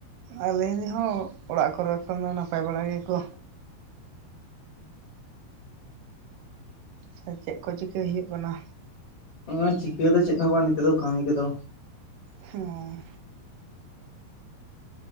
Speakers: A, on the right (about 80°); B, on the left (about 45°).
A: ᱟᱞᱮ ᱨᱤᱱ ᱦᱚᱸ ᱚᱲᱟᱜ ᱠᱚᱨᱮ ᱠᱷᱚᱱ ᱫᱚ ᱱᱟᱯᱟᱭ ᱵᱟᱲᱟ ᱜᱮᱠᱚ᱾ ᱥᱮ ᱪᱮᱫ ᱠᱚ ᱪᱤᱠᱟᱹᱭ ᱦᱩᱭᱩᱜ ᱠᱟᱱᱟ?
B: ᱱᱚᱜ-ᱚᱭ ᱪᱤᱠᱟᱹ ᱫᱚ ᱪᱮᱫ ᱦᱚᱸ ᱵᱟᱝ, ᱱᱤᱛᱚᱜ ᱫᱚ ᱠᱟᱹᱢᱤ ᱠᱚᱫᱚ
A: ᱦᱮᱸ᱾